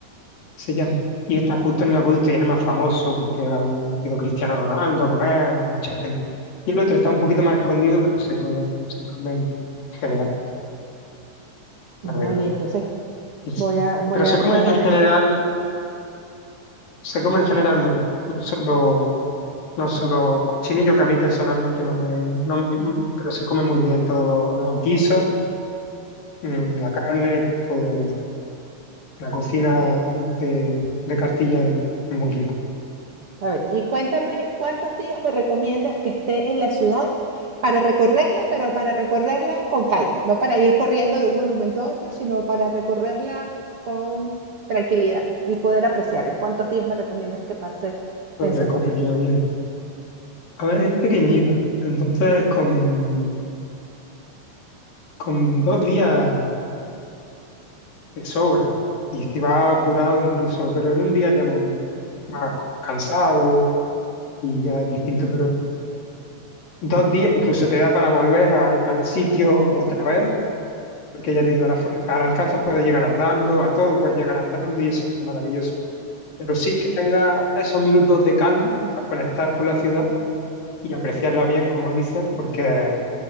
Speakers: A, on the left; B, on the right.
A: se llama. Y está justo en el acueducto y es el más famoso porque ha un- ha ido Cristiano Ronaldo a comer, ha ido mucha gente. Y el otro está un poquito más escondido, pero se come, se come genial,
B: Oye,
A: la verdad.
B: entonces
A: Y sí.
B: voy a, voy
A: Pero
B: a
A: se come
B: tomar
A: en general,
B: eso.
A: se come en general muy bien. No solo No solo cochinillo, que a mí personalmente no me... no m- pero se come muy bien todos los los guisos, mm, la carne, todo. La cocina
B: A ver,
A: de, de Castilla es muy rica,
B: a ver, y cuéntame, ¿cuántos días me recomiendas que esté en la ciudad para recorrerla, pero para recorrerla con calma? No para ir corriendo de un monumento a otro, sino para recorrerla con tranquilidad y poder apreciarla. ¿Cuántos días me recomiendas que pase
A: puede
B: en
A: recorrerla
B: Segovia?
A: bien. A ver, es pequeñita, entonces con, con dos días te sobra. Y si vas apurado incluso, pero en un día ya vas más cansado y ya es distinto. Pero Dos días incluso te da para volver al, al sitio otra vez, porque ya te digo, a la, Fu- al Alcázar puedes llegar andando, a todo puedes llegar andando y eso es maravilloso. Pero sí que tenga esos minutos de calma para conectar con la ciudad y apreciarla bien, como dices, porque,